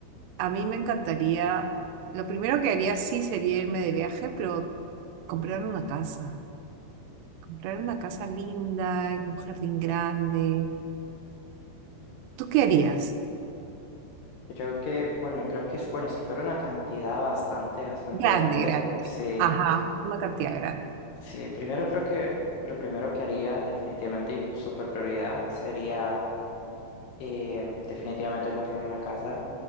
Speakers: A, on the right; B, on the left.
A: a mí me encantaría, lo primero que haría sí sería irme de viaje, pero comprar una casa, comprar una casa linda, en un jardín grande. ¿Tú qué harías?
B: Eh, creo que, bueno, creo que, es- bueno, si fuera una cantidad bastante, bastante
A: Grande,
B: grande,
A: grande.
B: sí,
A: Ajá, una cantidad grande.
B: sí, primero creo que lo primero que haría definitivamente y super prioridad sería eh, definitivamente comprar una casa.